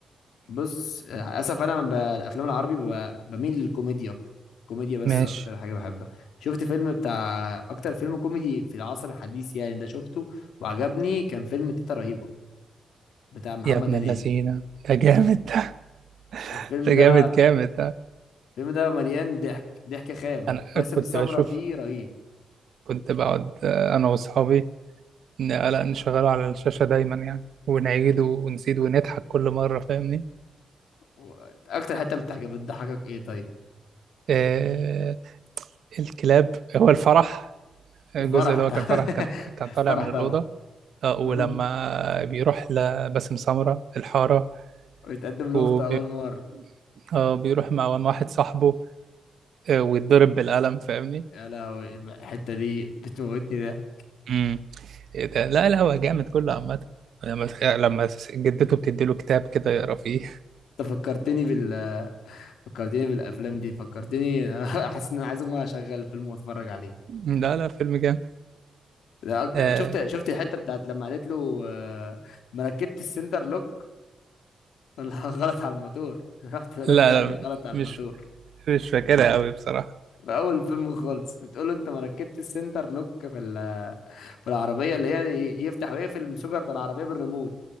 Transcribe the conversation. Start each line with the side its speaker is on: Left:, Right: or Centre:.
Left: بص آه، اسف انا ب- الافلام العربي ب- بميل للكوميديا اكتر الكوميديا بس
Right: ماشي
Left: اكتر حاجه بحبها شفت فيلم بتاع اكتر فيلم كوميدي في العصر الحديث يعني ده شفته وعجبني كان فيلم تيتا رهيبه بتاع محمد
Right: يا ابن
Left: هنيدي
Right: اللذينه ده جامد <laughs>
Left: الفيلم
Right: ده
Left: ده
Right: جامد جامد ده.
Left: الفيلم ده مليان ضحك ضحك خام
Right: انا
Left: وباسم
Right: كنت
Left: سمرة
Right: بشوف
Left: فيه رهيب
Right: كنت بقعد آه، أنا وأصحابي ن- لا نشغله على الشاشة دايما يعني ونعيد ونزيد ونضحك كل مرة فاهمني
Left: و- اكتر حته بتضحك بتضحكك ايه طيب
Right: آه الكلاب هو الفرح الجزء
Left: الفرح
Right: اللي هو
Left: طبعا
Right: كان فرح
Left: <laughs>
Right: كان كان
Left: الفرح
Right: طالع من الأوضة
Left: طبعا
Right: آه ولما
Left: <laughs>
Right: بيروح لباسم سمرة الحارة
Left: ويتقدم لقطة
Right: وبي...
Left: اول مره
Right: آه بيروح مع مع واحد صاحبه آه ويتضرب بالقلم فاهمني
Left: يا لهوي الحته دي بتموتني ده
Right: امم إيه ده لا لا هو جامد كله عامة لما لما جدته بتديله كتاب كده يقرا فيه
Left: انت فكرتني بال فكرتني بالافلام دي فكرتني <laughs> حاسس ان انا عايز اقوم اشغل فيلم واتفرج عليه
Right: <laughs> لا لا فيلم جامد
Left: ده اكتر
Right: آه
Left: شفت شفت الحته بتاعت لما قالت له آه، ما ركبت السنتر لوك ولا <laughs> غلط على الموتور <laughs> رحت الراجل
Right: لا
Left: قال
Right: لا
Left: لي غلط على
Right: مش
Left: الموتور
Right: مش فاكرها قوي بصراحة
Left: في اول الفيلم خالص بتقول له انت ما ركبتش السنتر لوك في ال- في العربيه اللي هي ي- يفتح ويقفل المسوجه بتاع العربيه بالريموت